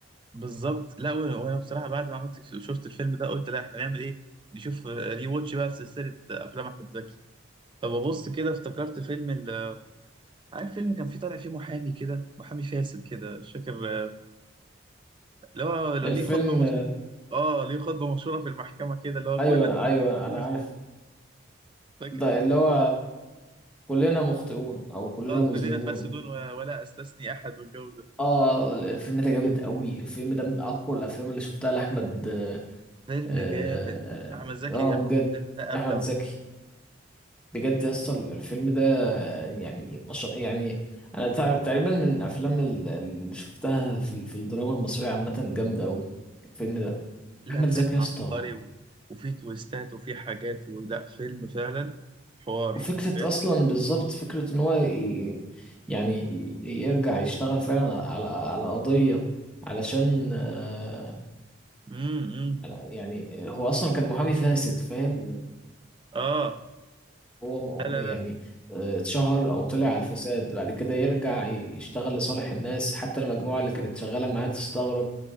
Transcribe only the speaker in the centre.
الفيلم
ايوه
ايوه
انا عارف
ده
اللي هو كلنا مخطئون او كلنا
مذنبون
اه الفيلم ده جامد قوي الفيلم ده من اقوى الافلام اللي شفتها لاحمد اه
آه،
بجد
احمد زكي بجد يا اسطى الفيلم ده يعني مش يعني انا تع- تقريبا من الافلام ال- اللي شفتها في في الدراما المصريه عامه جامده قوي الفيلم ده
احمد
زكي يا
اسطى
وفكره
اصلا بالظبط فكره ان هو ي- يعني ي- يرجع يشتغل فعلا على على قضيه علشان آه،
على- يعني هو اصلا كان محامي فاسد فاهم
هو
م-
يعني
آه، اتشهر او طلع على الفساد بعد كده يرجع ي- يشتغل لصالح الناس حتى المجموعه اللي كانت شغاله معاه تستغرب